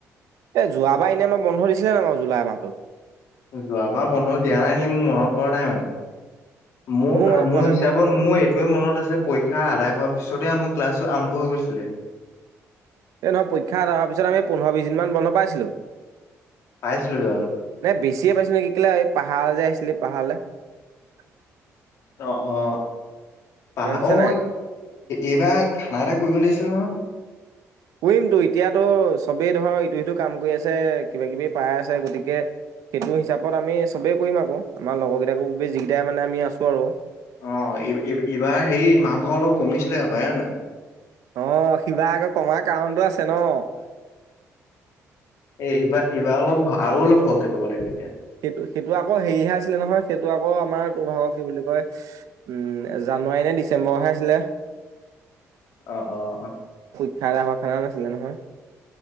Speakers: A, on the right; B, on the left.
A: এ যোৱাবাৰ এনেই মই বন্ধ দিছিলে ন বাৰ জুলাই মাহটোত
B: যোৱাবাৰ বন্ধ দিয়া নাই নেকি মোৰ মনত পৰা নাই মানে মোৰ
A: মনত
B: মোৰ
A: পৰা নাই
B: হিচাপত
A: মই কথাটো
B: মোৰ
A: কৈছো
B: এইটোয়ে মনত আছে পৰীক্ষা আদায় হোৱাৰ পিছতে আমাৰ ক্লাছটো আৰম্ভ হৈ গৈছিলে
A: এই নহয় পৰীক্ষা এদায় হোৱাৰ পিছত আমি পোন্ধৰ বিশ দিনমান বন্ধ পাইছিলো
B: পাইছিলোঁ জানো <unintelligible>
A: নাই বেছিয়ে পাইছো নেকি কেলে এই পাহাৰ যে আহিছিলি পাহাৰলৈ <unintelligible>
B: অ অ পাহ
A: মনত আছে
B: অ
A: নাই
B: এইবাৰ খানা এটা কৰিব লাগছিল <unintelligible> উ
A: কৰিমটো এতিয়াতো চবেই ধৰ ইটো সিটো কাম কৰি আছে কিবা কিবি পাই আছে গতিকে <unintelligible> সেইটো হিচাপত আমি সবেই কৰিম আকৌ আমাৰ লগৰ কেইটাকো খুবেই যিকেইটা মানে আমি আছো আৰু
B: অ এইবাৰ হেৰি মাংস অলপ কমিছিলে হবায় হয় নাই
A: আহ শিৱা আগৌ কমাৰ কাৰণটো আছে ন <unintelligible>
B: এ এইবাৰ এইবাৰ অলপ আৰু অলপ সকে ল'ব লাগিব তেতিয়া
A: সেইটো সেইটো আকৌ হেৰিহে আছিলে নহয় সেইটো আকৌ আমাৰ তো ধৰ কি বুলি কয় <unintelligible> উম জানুৱাৰী নে ডিচেম্বৰহে আছিলে
B: আহ অ অ <unintelligible>
A: খাই খোৱাই নাছিলে নহয়